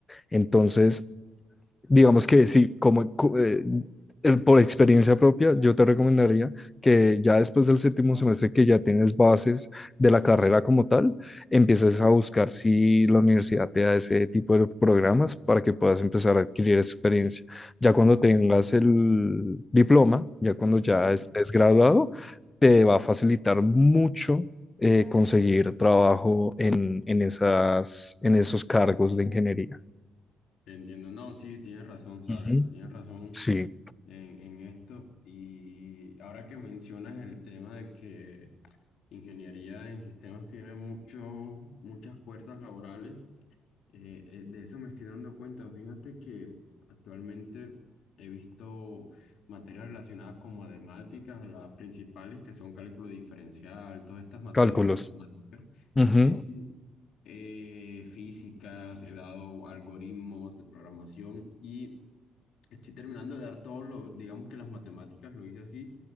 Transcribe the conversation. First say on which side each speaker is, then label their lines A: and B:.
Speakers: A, on the left; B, on the left.
A: Entonces, digamos que sí, como, co- eh, eh, por experiencia propia, yo te recomendaría que ya después del séptimo semestre que ya tienes bases de la carrera como tal, empieces a buscar si la universidad te da ese tipo de programas para que puedas empezar a adquirir experiencia. Ya cuando tengas el diploma, ya cuando ya
B: sí.
A: estés graduado, te va a facilitar mucho. eh, conseguir trabajo en, en esas, en esos cargos de ingeniería.
B: Entiendo, no, sí, tienes razón, sabes,
A: Ujú.
B: tienes razón
A: Sí.
B: en, en esto. Y ahora que mencionas el tema de que ingeniería en sistemas tiene mucho, muchas puertas laborales, eh, eh, de eso me estoy dando cuenta. Fíjate que actualmente he visto materias relacionadas con matemáticas, las principales que son cálculo diferencial, todas estas materias
A: Cálculos.
B: de matemáticas.
A: Ujú,
B: Es eh, físicas, he dado algoritmos de programación y Estoy terminando de dar todo lo, digamos que las matemáticas lo hice así